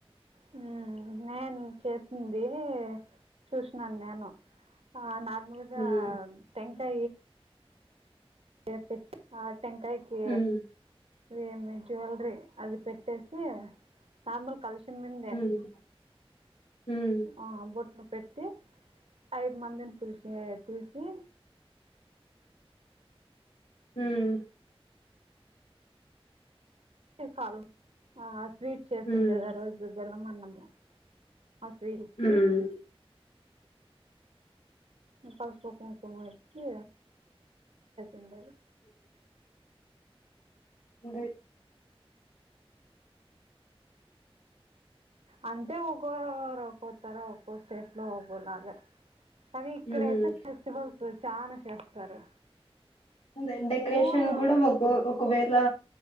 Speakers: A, on the right; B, on the left.
A: హ్మ్. నేను చేసింది చూసినాను నేను ఆ నా గా
B: హ్మ్
A: టం సే <inaudible> టెంకాయకి
B: హ్మ్
A: ఏమి జ్యువెలరీ అది పెట్టేసి నార్మల్ కలశం ముందే
B: హ్మ్ హ్మ్
A: ఆ బోట్లు పెట్టి ఐదు మందిని పీల్చి పిలిచి
B: హమ్
A: కల్ మవర్ స్వీట్ చేసిండేది
B: హ్మ్
A: ఆ రోజు బెల్లం ఆనం అవు ఆస్వీరిచి
B: హ్మ్
A: పసుపు కుంకుమ ఇచ్చి అందరూ
B: <unintelligible>
A: అంతే ఒక్కోరు ఒక్కొతారా <unintelligible> ఉండాలే అది ఇక్కడ
B: హ్మ్.
A: అయితే ఫెస్టివల్ ఇటు చానా చేస్తారు
B: అదే డెకరేషన్
A: పూలు
B: కూడా మాకు ఒకవేళ